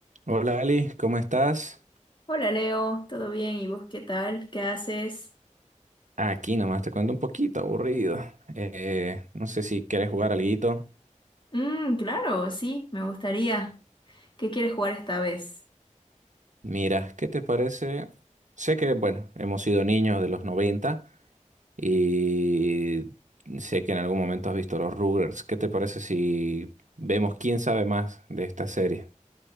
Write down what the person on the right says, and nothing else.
Hola Ali, ¿cómo estás?
Aquí nomás te cuento un poquito aburrido. Eh, no sé si quieres jugar alguito.
Mira, ¿qué te parece? Sé que, bueno, hemos sido niños de los 90 y sé que en algún momento has visto los Rugrats. ¿Qué te parece si vemos quién sabe más de esta serie?